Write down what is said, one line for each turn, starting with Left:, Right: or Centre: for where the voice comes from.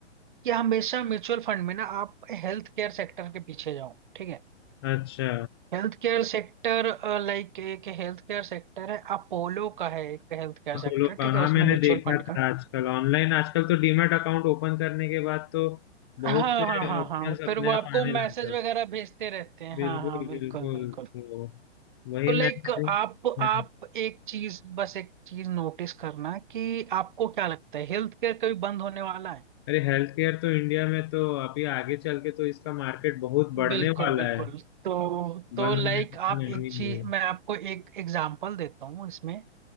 Right: कि हमेशा म्यूचुअल फंड में ना आप हेल्थ केयर सेक्टर के पीछे जाओ ठीक है
Left: अच्छा
Right: Health care sector लाइक एक हेल्थ केयर सेक्टर है अपोलो का है एक हेल्थ केयर
Left: अपोलो
Right: सेक्टर
Left: का
Right: ठीक है
Left: हाँ
Right: उसमें
Left: मैंने
Right: म्यूचुअल
Left: देखा
Right: फंड
Left: था
Right: का
Left: आजकल ऑनलाइन आजकल तो डीमैट अकाउंट ओपन करने के बाद तो
Right: हाँ
Left: बहुत से
Right: हाँ हाँ
Left: ऑप्शंस
Right: हाँ फिर
Left: अपने
Right: वो आपको
Left: आप आने
Right: मैसेज
Left: लग
Right: वगैरह भेजते रहते हैं
Left: बिल्कुल
Right: हाँ हाँ बिल्कुल
Left: बिल्कुल
Right: बिल्कुल
Left: तो वही
Right: तो लाइक
Left: मैं
Right: आप आप
Left: हाँ
Right: एक चीज बस एक चीज नोटिस करना कि आपको क्या लगता है हेल्थ केयर कभी बंद होने वाला है
Left: अरे हेल्थ केयर तो इंडिया में तो अभी आगे चल के तो इसका मार्केट बहुत बढ़ने
Right: बिल्कुल
Left: वाला
Right: बिल्कुल
Left: है
Right: तो तो
Left: बंद
Right: लाइक
Left: होने का तो
Right: आप
Left: नाम
Right: एक
Left: ही
Right: चीज
Left: नहीं है
Right: मैं आपको एक एग्जांपल देता हूँ इसमें